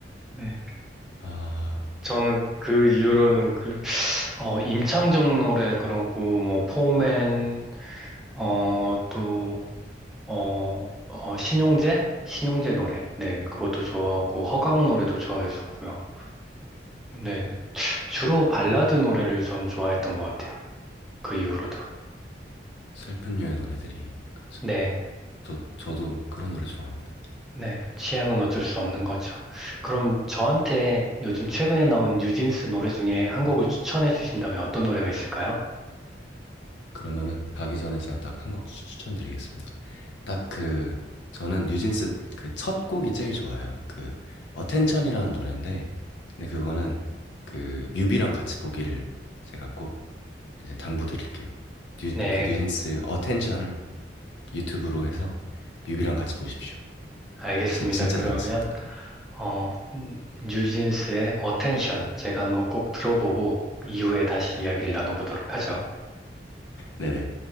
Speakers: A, in the centre; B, on the left.
A: 네.
B: 아,
A: 저는 그 이후로는 그, 어, 임창정 노래 그러고, 뭐, 포맨, 어, 또, 어, 어, 신용재? 신용재 노래. 네, 그것도 좋아하고, 허각 노래도 좋아했었고요. 네. 주로 발라드 노래를 저는 좋아했던 것 같아요. 그 이후로도.
B: 슬픈 유의 노래들이. 그쵸.
A: 네.
B: 저, 저도 그런 노래 좋아합니다.
A: 네, 취향은 어쩔 수 없는 거죠. 그럼 저한테 요즘 최근에 나온 뉴진스 노래 중에 한 곡을 추천해 주신다면 어떤 노래가 있을까요?
B: 그러면은 가기 전에 제가 딱 한 곡 추천드리겠습니다. 딱 그 저는 뉴진스 그 첫 곡이 제일 좋아요. 그 어텐션이라는 노래인데 근데 그거는 그 뮤비랑 같이 보기를 제가 꼭 이제 당부드릴게요. 뉴,
A: 네,
B: 그 뉴진스 어텐션을 유튜브로 해서 뮤비랑 같이 보십시오.
A: 알겠습니다.
B: 진짜, 진짜
A: 그러면
B: 재밌습니다.
A: 어, 음, 뉴진스의 Attention 제가 한번 꼭 들어보고 이후에 다시 이야기를 나눠보도록 하죠.
B: 네네.